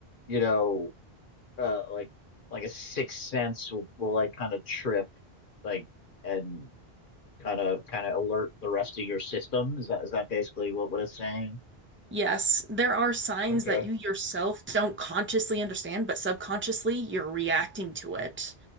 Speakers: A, on the left (about 55°); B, on the right (about 15°).
A: you know uh, like like a sixth sense will, will like kind of trip like and kind of kind of alert the rest of your system. Is that is that basically what what it's saying?
B: Yes, there are signs
A: Okay.
B: that you yourself don't consciously understand, but subconsciously you're reacting to it.